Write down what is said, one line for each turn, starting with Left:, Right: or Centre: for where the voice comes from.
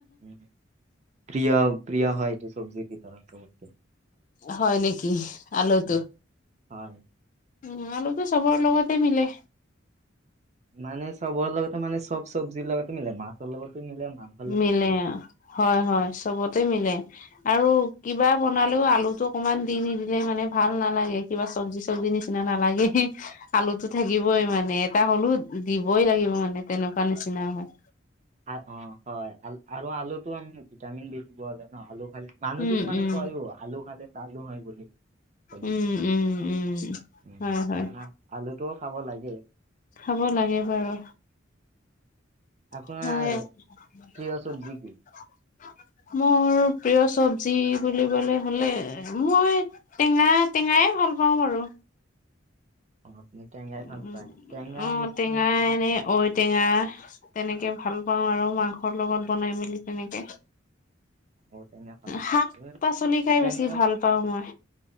Right: উম, প্ৰিয় প্ৰিয় হয় এইটো চব্জিৰ ভিতৰত চবৰে।
Left: হয় নেকি, আলুটো।
Right: উম, হয়।
Left: উম, আলুতো চবৰ লগতে মিলে।
Right: মানে চবৰ লগতে মানে চব চব্জিৰ লগতে মিলে। মাছৰ লগতো মিলে, মাংস
Left: মিলে, হয় হয়। চবতে মিলে। আৰু কিবা বনালেও আলু টো অকমান দি নিদিলে, মানে ভাল নালাগে। কিবা চব্জি-চব্জি নিচিনা নালাগেই। আলুতো থাকিবই মানে, এটা হ'লো দিবই লাগিব মানে তেনেকুৱা নিচিনা হয়।
Right: অ হয়। আ-আৰু আলুটো আমি ভিটামিন বেছি পোৱা যায় ন আলু খালে। মানুহ
Left: উম
Right: কিছুমানে
Left: উম
Right: কয়ো, আলু খালে চালু হয় বুলি। তেনেকুৱা
Left: উম উম উম,
Right: উম,
Left: হয়
Right: সেইকাৰণে
Left: হয়।
Right: আলুটোও খাব লাগে।
Left: খাব লাগে বাৰু।
Right: আপোনাৰ
Left: <inaudible>
Right: প্ৰিয় চব্জি কি
Left: মোৰ প্ৰিয় চব্জি বুলিবলে হ'লে, মই টেঙা টেঙাএ ভাল পাওঁ বাৰু।
Right: আপুনি টেঙাই ভাল
Left: উ
Right: পাই। টেঙা
Left: অ'
Right: বস্তু
Left: টেঙা
Right: এনেকোৱা
Left: এনে ঔটেঙা তেনেকে ভাল পাওঁ আৰু মাংসৰ লগত বনাই মেলি তেনেকে।
Right: ঔটেঙা ভাল পায়
Left: শাক-পাচলি খাই
Right: টেঙা
Left: বেছি ভাল পাওঁ মই।